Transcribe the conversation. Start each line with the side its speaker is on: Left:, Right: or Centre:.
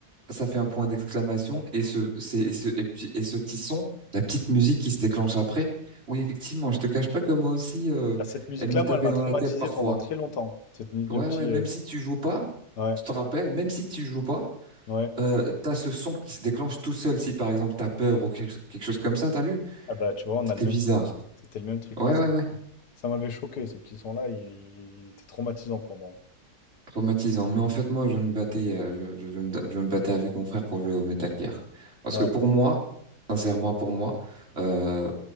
Right: ça fait un point d'exclamation
Left: Ouais.
Right: et ce, c'est, et ce, et puis- et ce petit son, la petite musique qui se déclenche après. Oui, effectivement, je te cache pas que moi aussi, euh,
Left: Bah, Cette musique-là,
Right: elle me tapait
Left: moi, elle m'a
Right: dans
Left: traumatisé
Right: la tête parfois.
Left: pendant très longtemps. Cette mu- le
Right: Ouais,
Left: petit,
Right: ouais, même
Left: euh,
Right: si tu joues pas,
Left: ouais,
Right: je te rappelle, même si tu joues pas,
Left: ouais.
Right: euh, t'as ce son qui se déclenche tout seul si par exemple t'as peur ou quelque, quelque chose comme ça, t'as vu?
Left: Ah bah tu vois, on
Right: C'était
Left: a le même
Right: bizarre.
Left: souvenir. C'était le même truc.
Right: Ouais,
Left: Moi, ça,
Right: ouais, ouais.
Left: ça m'avait choqué, ce petit son-là, il, il était traumatisant pour moi.
Right: Traumatisant. Mais en fait, moi, je me battais, euh, je, je- je me, je me battais avec mon frère pour jouer au Metal Gear. Parce
Left: Ouais,
Right: que pour moi, sincèrement, pour moi, euh,